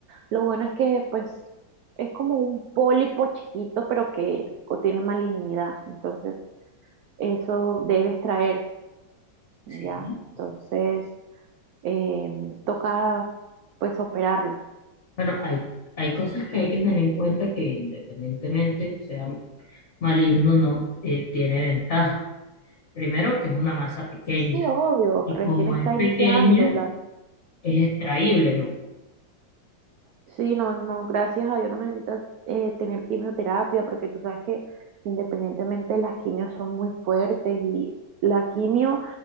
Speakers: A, on the right; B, on the left.
A: lo bueno es que pues es como un pólipo chiquito, pero que contiene malignidad, entonces eso debe extraerse, ¿ya?
B: Sí.
A: Entonces eh, toca pues operarla.
B: Bueno, hay, hay cosas que hay que tener en cuenta que independientemente sea maligno o no, eh, tiene ventaja. Primero, que es una masa pequeña.
A: Sí, obvio,
B: Y
A: recién
B: como
A: está
B: es pequeña,
A: iniciando la...
B: es extraíble, ¿no?
A: Sí, no, no, gracias a Dios no necesitas eh, tener quimioterapia porque tú sabes que independientemente las quimios son muy fuertes y la quimio